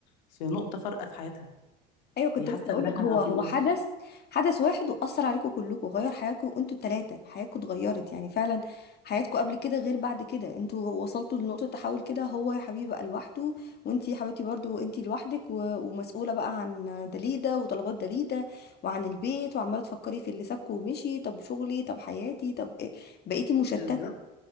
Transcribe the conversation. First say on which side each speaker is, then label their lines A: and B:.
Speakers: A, on the left (about 85°); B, on the left (about 50°).
A: في نقطه فارقه في حياتها
B: ايوه كنت
A: هي حاسه
B: لسه اقول
A: انها
B: لك هو
A: في
B: هو
A: النص
B: حدث حدث واحد واثر عليكم كلكم غير حياتكم انتوا الثلاثه حياتكم اتغيرت يعني فعلا حياتكم قبل كده غير بعد كده انتوا وصلتوا لنقطه تحول كده هو يا حبيبي بقى لوحده وانتي يا حبيبتي برضو انتي لوحدك و... ومسؤوله بقى عن دليده وطلبات دليده وعن البيت وعماله تفكري في اللي سابكم ومشي طب شغلي طب حياتي طب إيه؟ بقيتي مشتته
A: بالظبط